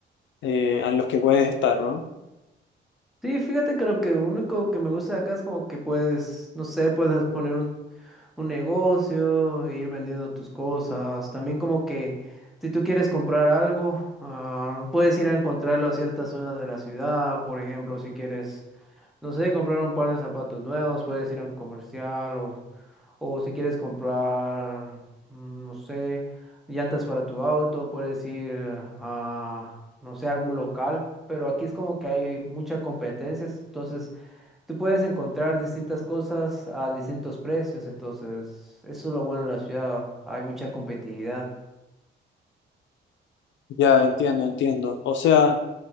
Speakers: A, on the left (about 70°); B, in the centre.
A: eh, en los que puedes estar, ¿no?
B: Sí, fíjate que lo que único que me gusta de acá es como que puedes, no sé, puedes poner un, un negocio, ir vendiendo tus cosas. También como que si tú quieres comprar algo, ah, puedes ir a encontrarlo a ciertas zonas de la ciudad. Por ejemplo, si quieres, no sé, comprar un par de zapatos nuevos, puedes ir a un comercial o o si quieres comprar, mm, no sé, llantas para tu auto, puedes ir a, no sé, algún local. Pero aquí es como que hay mucha competencia. Entonces, tú puedes encontrar distintas cosas a distintos precios. Entonces, eso es lo bueno de la ciudad. Hay mucha competitividad.
A: Ya, entiendo, entiendo. O sea...